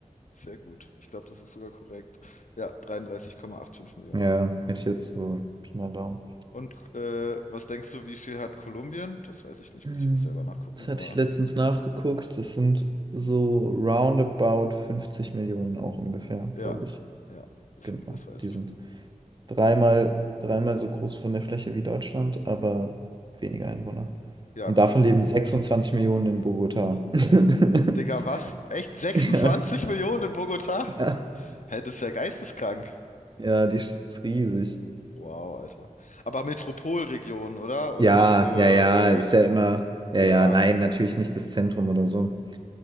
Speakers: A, on the left (about 65°); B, on the right (about 35°).
A: Sehr gut. Ich glaube, das ist sogar korrekt. Ja, 33,85 Millionen.
B: Ja, hätte ich jetzt so Pi mal Daumen.
A: Und äh, was denkst du, wie viel hat Kolumbien? Das weiß ich nicht,
B: Hm,
A: muss ich auch selber nachgucken,
B: Das hatte
A: aber.
B: ich letztens nachgeguckt. Das sind so roundabout 50 Millionen auch ungefähr,
A: Ja,
B: glaube ich.
A: ja, bisschen
B: Genau.
A: größer als
B: Die
A: Peru.
B: sind dreimal, dreimal so groß von der Fläche wie Deutschland, aber weniger Einwohner.
A: Ja,
B: Und
A: Peru.
B: davon leben 26 Millionen in Bogotá. <laughs>
A: Digga, was? Echt 26
B: Ja,
A: Millionen in Bogotá?
B: ja.
A: Hä, das ist ja geisteskrank.
B: Ja, die Stadt ist riesig.
A: Wow, Alter. Aber Metropolregion, oder? Und
B: Ja,
A: nicht nur,
B: ja, ja, ist ja immer. Ja,
A: äh,
B: ja,
A: ja, ja.
B: nein, natürlich nicht das Zentrum oder so.